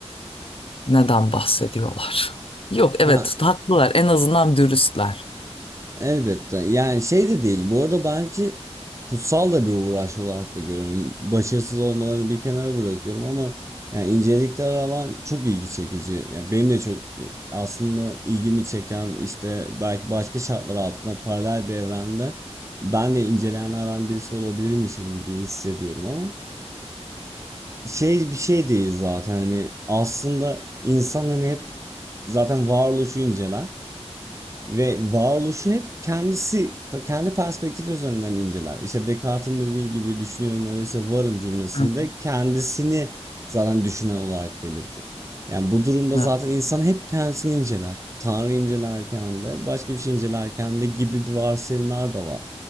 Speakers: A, on the left; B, on the right.
A: Neden bahsediyorlar? Yok evet
B: ya
A: haklılar en azından dürüstler.
B: elbette yani şey de değil bu arada bence kutsal da bir uğraş olarak da görüyorum başarısız olmalarını bir kenara bırakıyorum ama yani incelikler alan çok ilgi çekici yani benim de çok aslında ilgimi çeken işte belki başka şartlar altında paralel bir evrende ben de inceleyenlerden birisi olabilirmişim gibi hissediyorum ama şey bir şey değil zaten hani aslında insan hani hep zaten varoluşu inceler ve varoluşu hep kendisi kendi perspektifi üzerinden inceler. İşte Descartes'in dediği gibi düşünüyorum öyleyse varım cümlesinde
A: Hı hı.
B: kendisini zaten düşünen olarak belirtir. Yani bu durumda zaten
A: Evet.
B: insan hep kendisini inceler. Tanrı incelerken de başka bir şey incelerken de gibi bir varsayımlar da var.